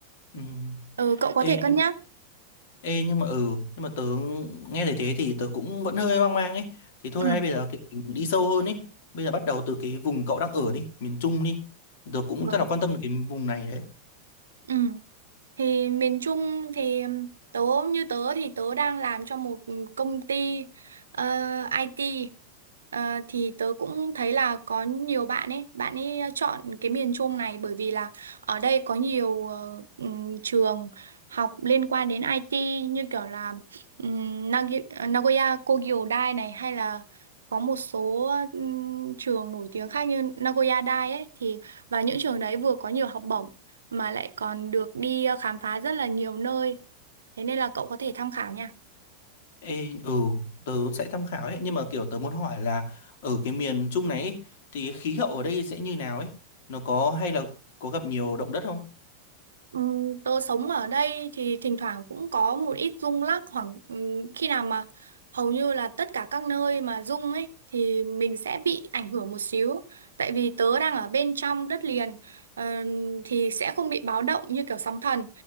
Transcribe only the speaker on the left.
Ừ.
Ê
Ê nhưng mà ừ nhưng mà tớ nghe thấy thế thì tớ cũng vẫn hơi hoang mang ấy thì thôi
hay bây giờ kiểu mình đi sâu hơn ấy bây giờ bắt đầu từ cái vùng cậu đang ở đi miền Trung đi tớ cũng
rất là quan tâm đến cái vùng này đấy
Ê ừ tớ sẽ tham khảo ấy nhưng mà kiểu tớ muốn hỏi là ở cái miền Trung này ấy, thì cái khí hậu ở đây sẽ như nào ấy nó có hay là có gặp nhiều động đất không